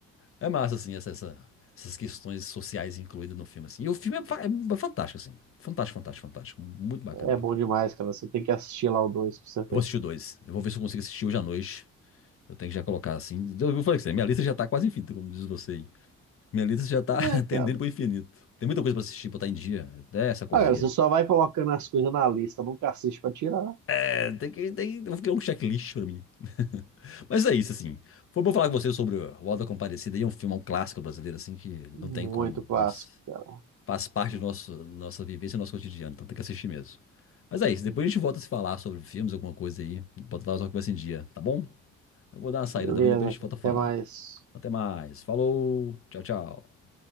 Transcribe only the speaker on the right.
É
bom demais, cara. Você tem que assistir lá o 2 pra você ver.
É,
cara.
Agora você só vai colocando as coisas na lista, nunca assiste pra tirar.
Muito
clássico,
cara.
Beleza,
cara.
até mais.